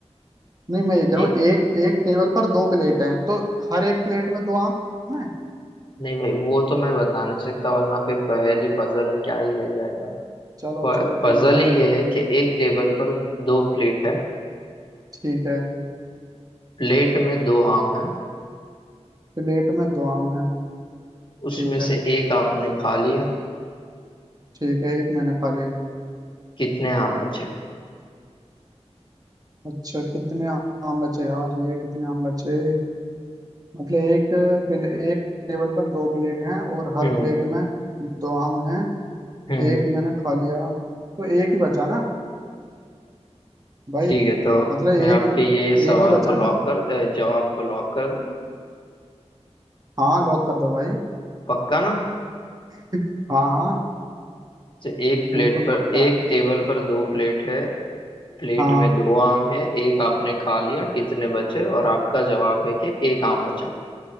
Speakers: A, on the right (about 35°); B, on the left (about 45°).
A: नहीं मैं ये कह
B: एक
A: रहा हूँ एक एक टेबल पर दो प्लेट हैं तो हर एक प्लेट में दो आम हैं
B: नहीं भाई वो तो मैं बता नहीं सकता वरना फिर पहेली पजल क्या ही रह जाएगा
A: चलो
B: पजल
A: चलो कोई नहीं
B: ही
A: है
B: ये है कि एक टेबल पर दो प्लेट है
A: ठीक है
B: प्लेट में दो आम है
A: प्लेट में दो आम हैं
B: उसमें
A: ठीक
B: से
A: है
B: एक आपने खा लिया
A: ठीक है एक मैंने खा लिए
B: कितने आम बचे
A: अच्छा कितने आम बचे यार ये कितने आम बचे मतलब एक प्ले, एक टेबल पर दो प्लेट हैं और हर
B: हम्म
A: प्लेट में दो आम हैं
B: हम्म
A: एक मैंने खा लिया तो एक ही बचा ना भाई
B: ठीक है तो
A: मतलब एक
B: मैं आपके ये सवाल
A: एक ही बचा
B: को लॉक
A: ना
B: कर अ, जवाब को लॉक कर दूं
A: हाँ लॉक कर दो भाई
B: पक्का ना
A: <laughs> हाँ हाँ
B: तो एक प्लेट
A: बिल्कुल
B: पर
A: पक्का
B: एक टेबल पर दो प्लेट है प्लेट
A: हाँ
B: में दो आम है एक आपने खा लिया कितने बचे और आपका जवाब है कि एक आम बचा